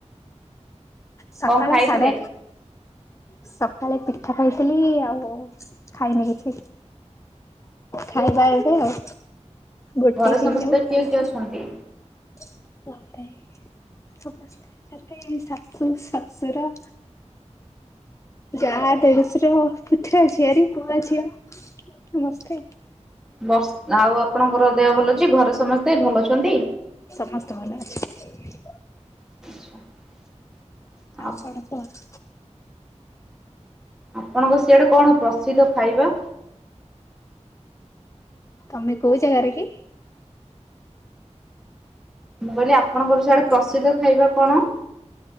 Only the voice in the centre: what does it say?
କଣ ଖାଇଥିଲେ?
ଘରେ
ସମସ୍ତେ
କିଏ କିଏ ଅଛନ୍ତି?
ବର୍ଷ ଆଉ ଆପଣଙ୍କର ଦେହ ଭଲ ଅଛି ଘରେ ସମସ୍ତେ ଭଲ ଅଛନ୍ତି?
<inaudible>
ଆପଣଙ୍କ ସିଆଡେ କଣ ପ୍ରସିଦ୍ଧ ଖାଇବା?
ମୁଁ କହିଲି ଆପଣଙ୍କର ସି ଆଡେ ପ୍ରସିଦ୍ଧ ଖାଇବା କଣ?